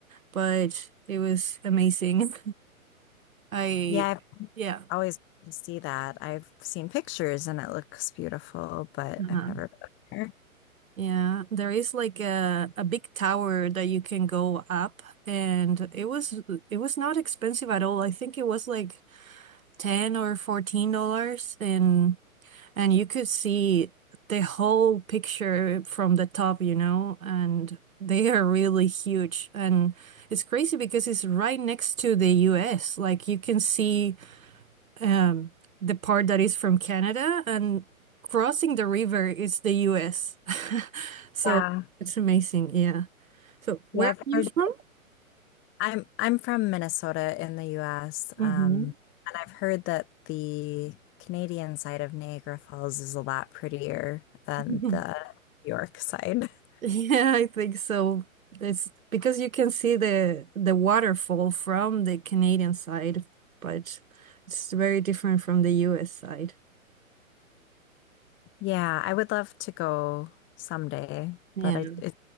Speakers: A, on the right; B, on the left.
A: but it was amazing. <laughs> I,
B: Yeah, I've
A: yeah.
B: always wanted to see that. I've seen pictures and it looks beautiful, but
A: Uh-huh.
B: I've never been there.
A: Yeah, there is like a a big tower that you can go up and it was it was not expensive at all. I think it was like 10 or 14 dollars and and you could see the whole picture from the top, you know, and they are really huge and it's crazy because it's right next to the US. Like you can see um, the part that is from Canada, and crossing the river is the US. <laughs> So
B: Yeah.
A: it's amazing. Yeah. So
B: Yeah,
A: where
B: I've
A: are you
B: heard.
A: from?
B: I'm I'm from Minnesota in the US, um,
A: hmm
B: and I've heard that the Canadian side of Niagara Falls is a lot prettier than
A: <laughs>
B: the New York side. <laughs>
A: Yeah, I think so. It's because you can see the the waterfall from the Canadian side, but it's very different from the US side.
B: Yeah, I would love to go someday,
A: Yeah.
B: but I, it